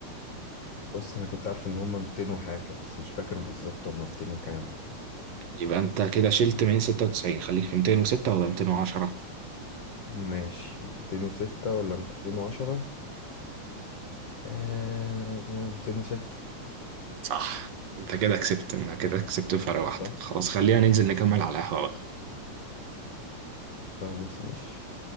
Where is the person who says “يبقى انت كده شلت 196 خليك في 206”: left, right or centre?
Right